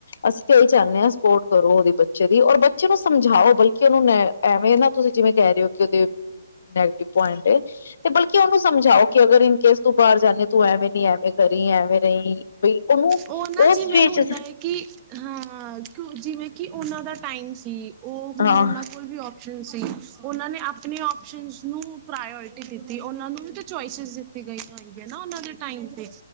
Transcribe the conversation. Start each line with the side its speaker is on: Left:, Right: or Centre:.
Left: ਅਸੀਂ ਤਾਂ ਇਹੀ ਚਾਦੇ ਆ, ਸਪੋਰਟ ਕਰੋ ਉਹਦੀ ਬੱਚੇ ਦੀ ਔਰ ਬੱਚੇ ਨੂੰ ਸਮਝਾਓ ਬਲਕਿ ਉਹਨੂੰ ਐਵੇਂ ਨਾ ਤੁਸੀਂ ਜਿਵੇਂ ਕਹਿ ਰਹੇ ਹੋ ਕਿ ਉਹਦੇ ਨੈਗਟੀਵ ਪੁਇੰਟ ਉਹਨੂੰ ਸਮਝਾਓ ਕਿ, ਅਗਰ ਇਨ ਕੇਸ ਤੂੰ ਬਾਹਰ ਜਾਂਦੀ ਤੂੰ ਐਵੇਂ ਨੀ ਐਵੇਂ ਕਰੀ, ਐਵੇਂ ਨਹੀਂ ਬਈ ਉਹਨੂੰ
Right: ਉਹ ਨਾ
Left: ਉਸ
Right: ਜਿਵੇਂ
Left: ਵੇ
Right: ਹੁੰਦਾ
Left: ਚ
Right: ਹੈ। ਕਿ ਹਾਂ ਜਿਵੇਂ ਕਿ ਉਹਨਾਂ ਦਾ ਟਾਈਮ ਸੀ। ਉਹ ਹੁਣ
Left: ਹਾਂ
Right: ਉਹਨਾਂ ਕੋਲ ਵੀ ਸੀ। ਉਹਨਾਂ ਨੇ ਆਪਣੇ ਆਪਓਸ਼ਨਸ ਨੂੰ ਪ੍ਰਾਇਓਰਿਟੀ ਦਿੱਤੀ। ਉਹਨਾਂ ਨੂੰ ਵੀ ਤਾਂ ਚੋਆਇਸਿਸ ਦਿੱਤੀ ਗਈਆਂ ਹੋਈਗੀਆਂ ਨਾ ਉਹਨਾਂ ਦੇ ਟਾਈਮ 'ਤੇ